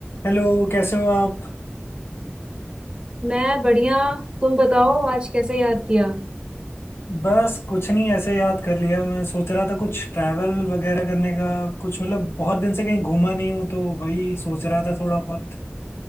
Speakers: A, on the left (about 70°); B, on the right (about 25°).
A: Hello कैसे हो आप
B: मैं बढ़िया तुम बताओ आज कैसे याद किया
A: बस कुछ नहीं ऐसे याद कर लिया मैं सोच रहा था कुछ ट्रैवल वगैरह करने का कुछ मतलब बहुत दिन से कहीं घूमा नहीं हूँ तो वही सोच रहा था थोड़ा बहुत